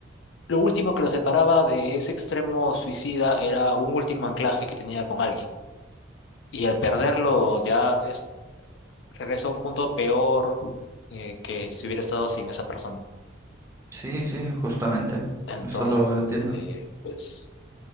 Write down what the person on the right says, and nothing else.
sí, sí, justamente.
Eso lo entiendo.